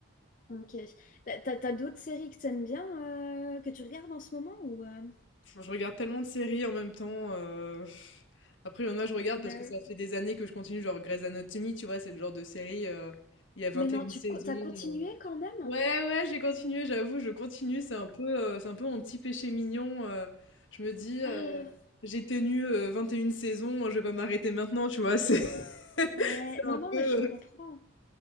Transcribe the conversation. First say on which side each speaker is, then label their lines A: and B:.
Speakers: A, on the left (about 40°); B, on the left (about 65°).
A: Ok. T'as, t'as- t'as d'autres séries que t'aimes bien, euh, que tu regardes en ce moment ou euh,
B: Je regarde tellement de séries en même temps, heu, après il y en a je regarde parce
A: Ah
B: que
A: oui.
B: ça fait des années que je continue, genre Grey's Anatomy, tu vois? C'est le genre de série, heu, il y a 21
A: Mais non, tu
B: saisons,
A: co- t'as
B: heu
A: continué quand même?
B: ouais, ouais, j'ai continué, j'avoue, je continue, c'est un peu, heu, c'est un peu mon petit péché mignon, heu, je me dis, heu:
A: Ah,
B: «J'ai tenu, heu, 21 saisons, hein, je vais pas m'arrêter maintenant», tu vois? C'est <laughs>
A: ouais.
B: c'est
A: Non,
B: un
A: non,
B: peu,
A: mais je comprends.
B: heu